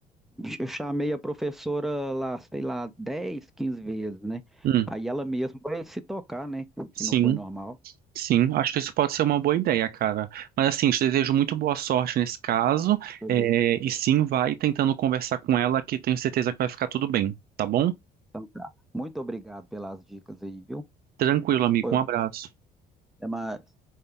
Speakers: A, in the centre; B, on the right.
A: eu chamei a professora lá, sei lá, 10, 15 vezes, né,
B: Hum.
A: aí ela mesma vai se tocar, né,
B: Sim.
A: que não foi normal.
B: Sim, acho que isso pode ser uma boa ideia, cara. Mas assim, te desejo muito boa sorte nesse caso.
A: Beleza.
B: é, e sim, vai tentando conversar com ela, que tenho certeza que vai ficar tudo bem, tá bom?
A: Então tá. Muito obrigado pelas dicas aí, viu?
B: Tranquilo,
A: Isso
B: amigo.
A: foi
B: Um
A: ótimo.
B: abraço.
A: Até mais.